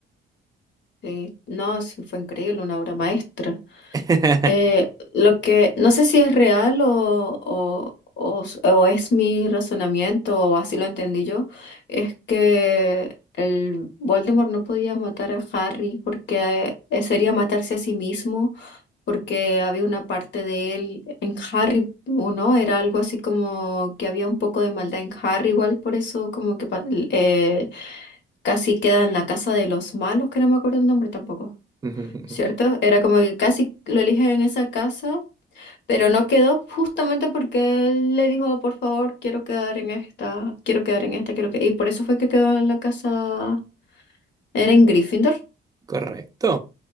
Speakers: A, on the left; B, on the right.
A: sí. No, sí, fue increíble, una obra maestra.
B: <laughs>
A: Eh, lo que no sé si es real o, o- o s- o es mi razonamiento o así lo entendí yo, es que el Voldemort no podía matar a Harry porque eh, sería matarse a sí mismo, porque había una parte de él en Harry, ¿o no? Era algo así como que había un poco de maldad en Harry, igual por eso como que pa- eh, casi queda en la casa de los malos, que no me acuerdo el nombre tampoco.
B: Ujú,
A: ¿cierto? Era como que casi lo eligen en esa casa, pero no quedó justamente porque él le dijo, por favor, quiero quedar en esta, quiero quedar en esta, quiero que... Y por eso fue que quedó en la casa, era en Gryffindor,
B: Correcto.